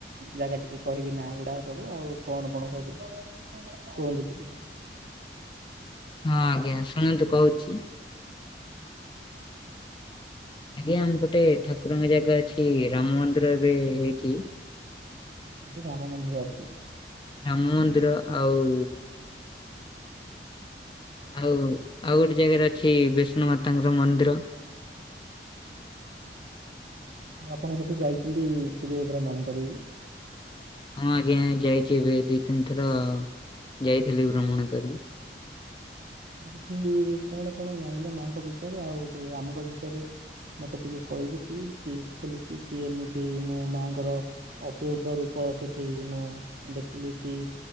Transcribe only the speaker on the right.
ଜାଗା ଟିକେ କହିବେ ନା ଗୁଡା ସବୁ ଆଉ କଣ କଣ ସବୁ? କୁହନ୍ତୁ ଟିକେ?
<unintelligible>
ରାମ ମନ୍ଦିର ଅଛି।
ମୁଁ ଆପଣ ସେଠି ଯାଇଥିଲି <unintelligible> ଭ୍ରମଣ କରିବି?
ପ କି କଣ କଣ ଜାଣିଲେ ମାଙ୍କ ବିଷୟରେ ଆଉ ସେ ରାମଙ୍କ ବିଷୟରେ? ମତେ ଟିକେ କହିବୁ କି କିଏ ଖୋଲୁଛି କି ଏମିତି ମୋ ମାଆଙ୍କର? ଅପୂର୍ବ ରୂପ ସେଠି ମୁଁ ଦେଖିଲି କି